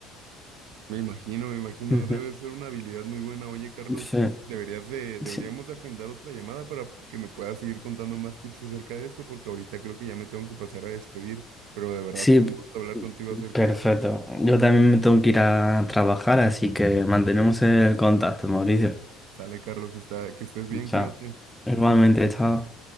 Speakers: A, on the right (about 80°); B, in the centre.
A: Me imagino, me imagino,
B: Ujú.
A: debe de ser una habilidad muy buena. Oye, Carlos,
B: Sí,
A: deberías de, deberíamos
B: sí,
A: agendar otra llamada para que me puedas seguir contando más tips acerca de esto, porque ahorita creo que ya me tengo que pasar a despedir, pero de verdad
B: sí,
A: fue un gusto hablar contigo acerca
B: perfecto.
A: de este tema.
B: Yo también me tengo que ir a trabajar, así que mantenemos el contacto, Mauricio.
A: Sale, Carlos, está, que estés bien,
B: Chao.
A: cuídate.
B: Igualmente, chao.